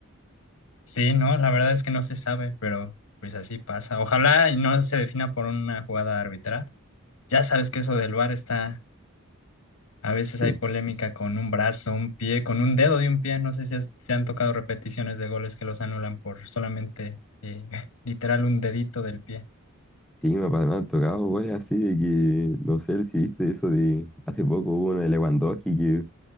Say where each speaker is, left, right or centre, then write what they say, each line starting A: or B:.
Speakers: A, on the left (about 75°); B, in the centre.
A: Sí, no, la verdad es que no se sabe, pero pues así pasa. Ojalá y no se defina por una jugada arbitral. Ya sabes que eso del VAR está, a veces
B: Sí,
A: hay polémica con un brazo, un pie, con un dedo de un pie. No sé si has- te han tocado repeticiones de goles que los anulan por solamente eh, <laughs> literal un dedito del pie.
B: sí, me ha me han tocado goles así de que, no sé si viste eso de, hace poco hubo uno de Lewandowski que